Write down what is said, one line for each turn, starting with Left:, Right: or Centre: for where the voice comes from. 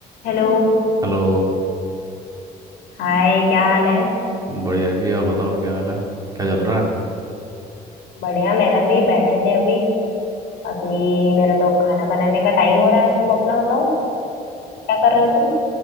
Left: Hello
Right: Hello
Left: Hi क्या हाल है
Right: बढ़िया जी आप बताओ क्या हाल है क्या चल रहा है
Left: बढ़िया मेरा भी बैठे थे अभी अभी मेरा तो खाना बनाने का टाइम हो रहा है तुम अपना बताओ क्या कर रहे हो तुम